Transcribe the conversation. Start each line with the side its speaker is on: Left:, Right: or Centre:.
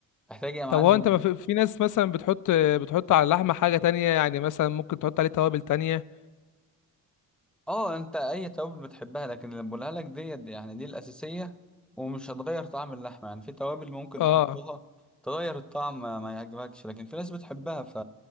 Centre: محتاج يا معلم
Left: طب هو انت ما في, في ناس مثلا بتحط بتحط على اللحمة حاجة تانية يعني مثلا ممكن تحط عليه توابل تانية
Centre: اه انت اي توابل بتحبها لكن اللي بقولها لك دي يعني دي الاساسيه ومش هتغير طعم اللحمه يعني في توابل ممكن
Left: اه
Centre: تحطها تغير الطعم ما ما يعجبكش لكن في ناس بتحبها ف